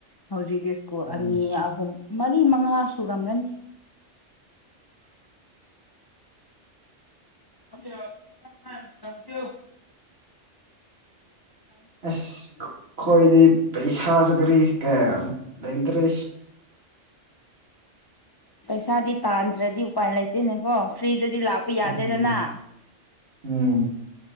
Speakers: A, on the left (about 40°); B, on the right (about 55°).
A: ꯍꯧꯖꯤꯛ ꯇꯤ ꯁ꯭ꯀꯨꯜ
B: ꯎꯝ
A: ꯑꯅꯤ ꯑꯍꯨꯝ ꯃꯔꯤ ꯃꯉꯥ ꯁꯨꯔꯝꯔꯅꯤ <unintelligible>
B: ꯑ꯭ꯁ ꯈꯣ ꯈꯣꯏꯗꯤ ꯄꯩꯁꯥꯁꯨ ꯀꯔꯤ ꯀꯌꯥꯝ ꯂꯩꯇ꯭ꯔꯦ
A: ꯄꯩꯁꯥꯗꯤ ꯇꯥꯟꯗ꯭ꯔꯗꯤ ꯎꯄꯥꯏ ꯂꯩꯇꯦꯅꯦꯀꯣ ꯐ꯭ꯔꯤ ꯗꯗꯤ ꯂꯥꯛꯄ ꯌꯥꯗꯦꯗꯅ
B: ꯎꯝ ꯎꯝ